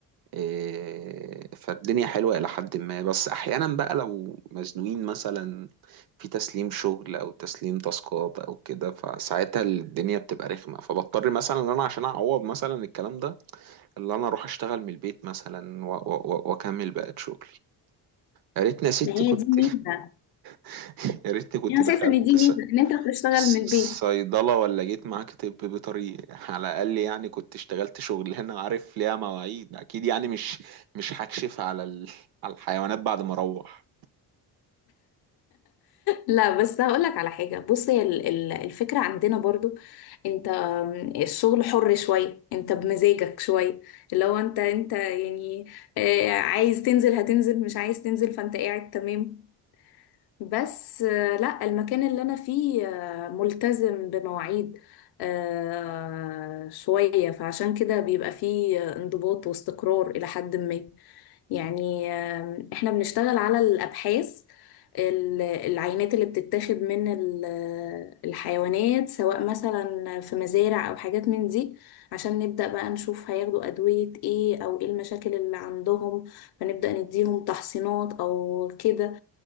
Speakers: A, on the right; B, on the left.
A: إيه، فالدنيا حلوة إلى حد ما بس أحيانا بقى لو مزنوقين مثلا في تسليم شغل أو تسليم تاسكات أو كده فساعتها الدنيا بتبقى رخمة فبضطر مثلا إن أنا عشان أعوض مثلا الكلام ده اللي أنا أروح أشتغل من البيت مثلا و- و- و- وأكمل بقى شغلي يا ريتني يا ستي
B: ما هي
A: كنت
B: دي ميزة
A: <laughs> يا ريتني كنت
B: يعني
A: دخلت
B: انا شايفة ان دي ميزة ان انت بتشتغل
A: ص-
B: من البيت
A: صيدلة ولا جيت معاك طب بيطري على الأقل يعني كنت اشتغلت شغلانة عارف ليها مواعيد أكيد يعني مش مش هكشف على ال... على الحيوانات بعد ما أروح
B: لا بس هقولك على حاجة بص هي ال- ال- الفكرة عندنا برضو انت الشغل حر شوية انت بمزاجك شوية اللي هو انت انت يعني آه، عايز تنزل هتنزل مش عايز تنزل فانت قاعد تمام بس آه، لا المكان اللي انا فيه آه، ملتزم بمواعيد آه، شوية فعشان كده بيبقى فيه انضباط واستقرار إلى حد ما يعني آم، احنا بنشتغل على الأبحاث ال- العينات اللي بتتاخد من ال- الحيوانات سواء مثلا في مزارع أو حاجات من دي عشان نبدأ بقى نشوف هياخدوا أدوية ايه أو ايه المشاكل اللي عندهم فنبدأ نديهم تحصينات أو كده